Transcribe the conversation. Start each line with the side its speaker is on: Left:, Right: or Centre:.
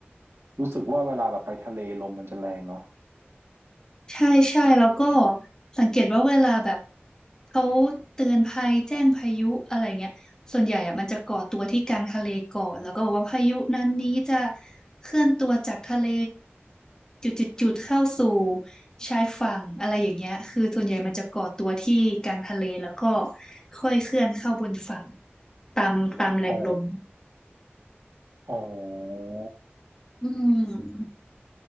Right: รู้สึกว่าเวลาแบบไปทะเลลมมันจะแรงเนาะ
Left: ใช่ใช่แล้วก็สังเกตว่าเวลาแบบเขาเตือนภัยแจ้งพายุอะไรเงี้ยส่วนใหญ่อะมันจะก่อตัวที่กลางทะเลก่อนแล้วก็บอกว่าพายุนั้นนี้จะเคลื่อนตัวจากทะเลจุดจุดจุดเข้าสู่ชายฝั่งอะไรอย่างเงี้ยคือส่วนใหญ่มันจะก่อตัวที่กลางทะเลแล้วก็ค่อยเคลื่อนเข้าบนฝั่งตามตามแรงลม
Right: อ๋ออ๋อ
Left: อืม